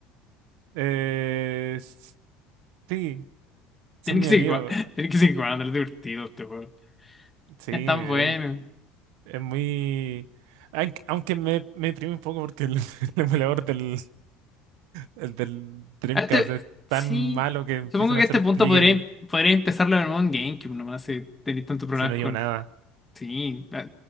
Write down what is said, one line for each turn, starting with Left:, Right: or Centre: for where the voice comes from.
Right: Eh, s- sí, son
Left: Tienen
Right: mi
Left: que seguir
Right: amigo.
Left: jugando, <laughs> tienen que seguir jugando, es divertido este juego.
Right: Sí,
Left: Es tan
Right: es,
Left: bueno.
Right: es muy. aunque aunque me, me deprime un poco porque el, <laughs> el emulador del, El del Dreamcast
Left: A Este,
Right: es
Left: sí,
Right: tan malo que empiezan
Left: supongo que
Right: a
Left: a
Right: hacer
Left: este punto
Right: flickering
Left: podría, em, podría empezarlo en un GameCube nomás, si tenéis tantos problemas
Right: si no
Left: con...
Right: llevo nada.
Left: Sí, ah,